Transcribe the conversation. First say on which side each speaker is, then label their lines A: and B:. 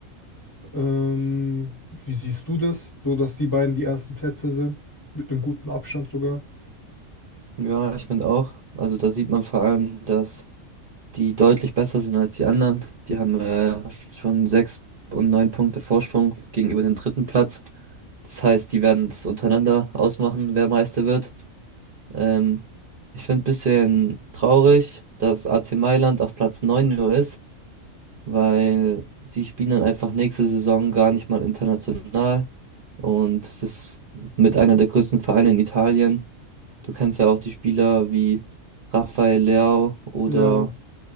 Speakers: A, on the left; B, on the right.
A: Ähm, wie siehst du das? So, dass die beiden die ersten Plätze sind, mit einem guten Abstand sogar.
B: Ja, ich finde auch. Also da sieht man vor allem, dass die deutlich besser sind als die anderen. Die haben äh, schon sechs und neun Punkte Vorsprung gegenüber dem dritten Platz. Das heißt, die werden es untereinander ausmachen, wer Meister wird. Ähm, ich finde ein bisschen traurig, dass AC Mailand auf Platz 9 nur ist weil die spielen dann einfach nächste Saison gar nicht mal international. Und es ist mit einer der größten Vereine in Italien. Du kennst ja auch die Spieler wie Rafael Leao oder
A: Ja,